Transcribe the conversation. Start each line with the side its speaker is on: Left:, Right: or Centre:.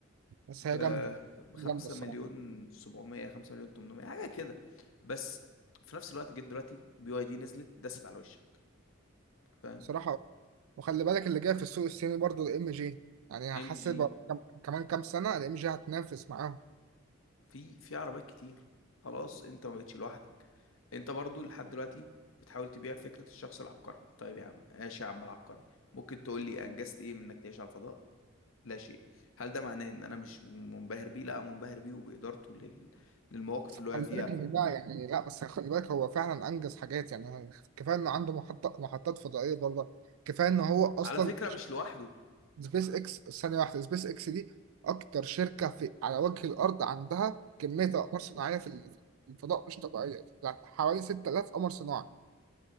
Right: بس
Left: ب
Right: هي جامدة
Left: 5
Right: هي جامدة الصراحة
Left: مليون 700 5 مليون 800 حاجه كده بس في نفس الوقت جيت دلوقتي بي واي دي نزلت دست على وشك فاهم
Right: الصراحة وخلي بالك اللي جاي في السوق الصيني برضو الام جي يعني
Left: ام
Right: هحس
Left: جي
Right: بقى كم... كمان كام سنة الام جي هتنافس معاهم
Left: في في عربيات كتير خلاص انت ما بقتش لوحدك انت برضو لحد دلوقتي بتحاول تبيع فكرة الشخص العبقري طيب يا عم ماشي يا عم العبقري ممكن تقول لي انجزت ايه من انك تعيش على الفضاء لا شيء هل ده معناه ان انا مش منبهر بيه لا منبهر بيه وبإدارته لل... للمواقف
Right: بس
Left: اللي وقع
Right: خلي
Left: فيها
Right: بالك ان ده يعني لا بس خلي بالك هو فعلا انجز حاجات يعني كفاية انه عنده محطة محطات فضائية برضه كفاية ان هو اصلا
Left: على فكرة مش لوحده
Right: سبيس اكس ثانية واحدة سبيس اكس دي أكتر شركة في على وجه الأرض عندها كمية أقمار صناعية في ال- في الفضاء مش طبيعية يعني حوالي 6000 قمر صناعي